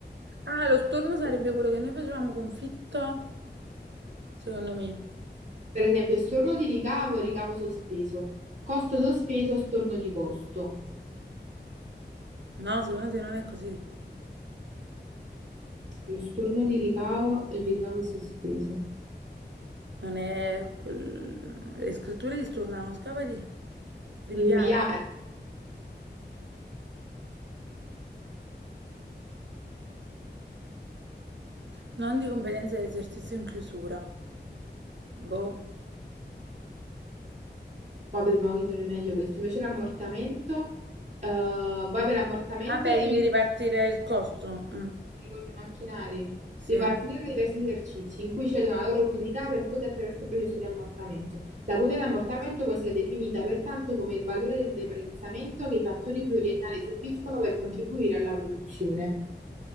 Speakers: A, on the right; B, on the right.
A: Ah, lo storno sarebbe quello che noi facevamo confitto, secondo me.
B: Per esempio, storno di ricavo e ricavo sospeso. Costo sospeso, storno di costo.
A: No, secondo te non è così.
B: Lo storno di ricavo e il ricavo sospeso.
A: Non è... quel- Le scritture di stornavano, scapa di rinviare.
B: Inviare,
A: Non di competenza dell'esercizio in chiusura. Boh.
B: poi dobbiamo chiedere meglio questo. Invece l'ammortamento, eh, poi per l'ammortamento
A: Vabbè,
B: i
A: devi ripartire il costo. Mm,
B: ricordi macchinari.
A: sì.
B: Ripartire tra diversi esercizi in cui cedono la loro utilità per quote attraverso il processo di ammortamento. La quota di ammortamento può essere definita pertanto come il valore del deprezzamento che i fattori pluriennali subiscono per contribuire alla produzione.